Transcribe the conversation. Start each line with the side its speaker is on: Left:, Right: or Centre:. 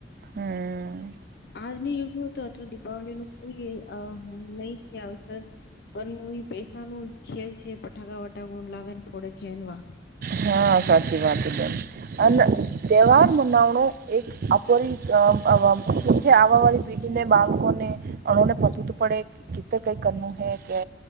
Right: હમ્મ
Left: આજની યુગમાં તો દિપાવલી નું કોઈ નહી છે અસર પણ એ પૈસા ન ખેલ છે પટાકા વટાગા લાવેને ફોડે છે એવા
Right: હા સાચી વાત બેન અને તહેવાર મનાવણું એક અપરીછ આવવા વાળી પેઢીને બાળકોને અણુને પતું તો પડે કધર કંઈ કરનું હૈ કે